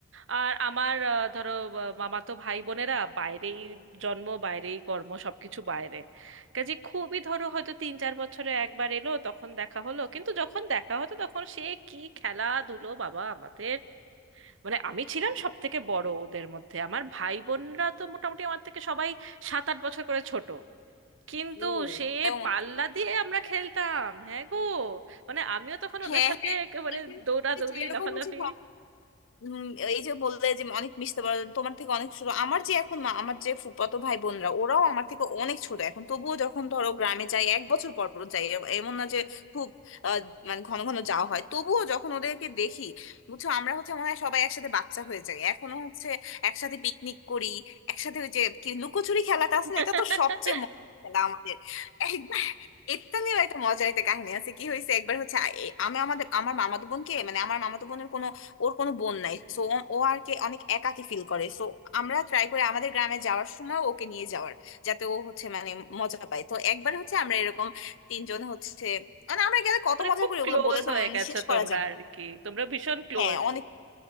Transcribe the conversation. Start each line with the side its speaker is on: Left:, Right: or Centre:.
Right: আর আমার আহ, ধরো আহ, মামাতো ভাই বোনেরা বাইরেই জন্ম বাইরেই কর্ম সবকিছু বাইরে কাজে খুবই ধরো হয়তো তিন চার বছরে একবার এলো তখন দেখা হলো কিন্তু যখন দেখা হতো তখন সে কি খেলাধুলো বাবা আমাদের মানে আমি ছিলাম সব থেকে বড় ওদের মধ্যে আমার ভাই বোনরা তো মোটামুটি আমার থেকে সবাই সাত আট বছর করে ছোট কিন্তু
Left: ও
Right: সে
Left: তাও মনে
Right: পাল্লা
Left: করো।
Right: দিয়ে আমরা খেলতাম হ্যাঁ গো মানে আমিও তখন
Left: হ্যাঁ
Right: ওদের সাথে
Left: হ্যাঁ
Right: একেবারে
Left: এই
Right: দৌড়াদৌড়ি
Left: যে- এরকম
Right: লাফালাফি
Left: হচ্ছে উম, এই যে বললে যে অনেক মিশতে পারো তোমার থেকে অনেক ছোট আমার যে এখন মা- আমার যে ফুফাতো ভাই বোনরা ওরাও আমার থেকে অনেক ছোট এখন তবুও যখন ধরো গ্রামে যাই এক বছর পর পর যাই এ- এমন না যে খুব আহ, মানে ঘন ঘন যাওয়া হয় তবুও যখন ওদেরকে দেখি বুঝছো আমরা হচ্ছে মনে হয় সবাই একসাথে বাচ্চা হয়ে যাই এখনো হচ্ছে একসাথে পিকনিক করি একসাথে ওই যে কি লুকোচুরি খেলাটা আছে
Right: <laughs>
Left: না এটা তো সবচেয়ে মজার খেলা আমাদের একবার এটা নিয়েও একটা মজার একটা কাহিনী আছে কি হয়েছে একবার হচ্ছে আ- এ- আমি আমাদের আমার মামাতো বোনকে মানে আমার মামাতো বোনের কোনো ওর কোনো বোন নাই সো ও আর কে অনেক একাকী ফিল করে সো আমরা ট্রাই করি আমাদের গ্রামে যাওয়ার সময় ওকে নিয়ে যাওয়ার যাতে ও হচ্ছে মানে মজা পায় তো একবার হচ্ছে আমরা এরকম তিনজন হচ্ছে মানে আমরা গেলে কত
Right: মানে
Left: মজা
Right: খুব
Left: করি
Right: ক্লোজ
Left: ওগুলো বলে তো
Right: হয়ে
Left: মানে
Right: গেছো
Left: শেষ
Right: তোমরা
Left: করা যাবে
Right: আর
Left: না
Right: কি তোমরা ভীষণ ক্লোজ
Left: হ্যাঁ অনেক